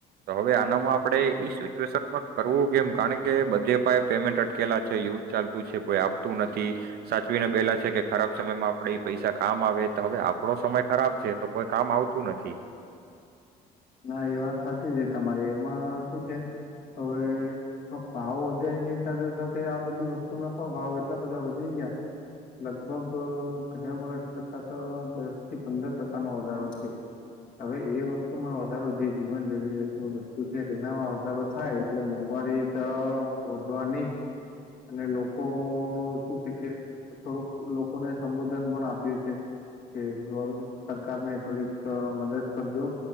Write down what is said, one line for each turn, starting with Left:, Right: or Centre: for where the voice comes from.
Right: તો હવે
Left: હા
Right: આનામાં આપડે ઈ શ <unintelligible> કરવું કેમ કારણ કે બધે પાહે પેમેન્ટ અટકેલા છે એવું જ ચાલતું છે, કોઈ આપતું નથી, સાચવીને બેેલા છે કે ખરાબ સમયમાં આપણેે ઈ પૈસા કામ આવે. તો હવે આપડો સમય ખરાબ છે, તો કોઈ કામ આવતું નથી.
Left: ના એ વાત હાચી છે તમારી. એમાં શું છે હવે આ ભાવ વધે એની સાથે સાથે આ બધી વસ્તુ ના પણ ભાવ એટલા બધા વધી ગયા, લગભગ અહ ગયા વર્ષ કરતા તો દસ થી પંદર ટકાનો વધારો છે. હવે એ વસ્તુમાં વ ધારો જે જીવન જરૂરિયાત ની વસ્તુ છે તેનામાં વધારો થાય એટલે મોંઘવારી તો વધવાની જ, અને લોકોનું શું છે કે થોડુંક લોકોને સંબોધન પણ આપ્યું છે કે ગર્વ સરકારને થોડીક મદદ કરજો.